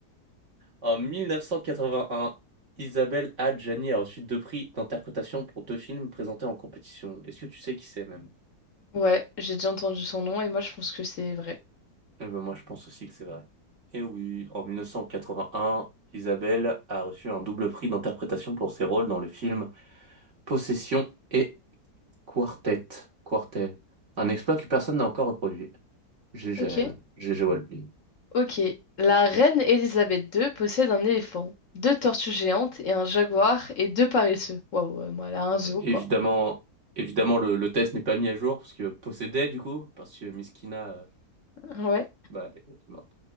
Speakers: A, on the right; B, on the left.
A: En 1981, Isabelle Adjani a reçu deux prix d'interprétation pour deux films présentés en compétition. Est-ce que tu sais qui c'est même?
B: Ouais, j'ai déjà entendu son nom et moi, je pense que c'est vrai.
A: Eh ben moi je pense aussi que c'est vrai. Et oui, en 1981, Isabelle a reçu un double prix d'interprétation pour ses rôles dans le film Possession et Quartet. Quartet. Un exploit que personne n'a encore reproduit. GG
B: Ok.
A: à elle. GG Walply.
B: Ok. La reine Elisabeth II possède un éléphant, deux tortues géantes et un jaguar et deux paresseux. Waouh, euh, moi, elle a un zoo,
A: Évidemment,
B: quoi.
A: évidemment le, le test n'est pas mis à jour parce que possédait du coup, parce que Miskina euh,
B: Ouais.
A: Bah, elle est morte.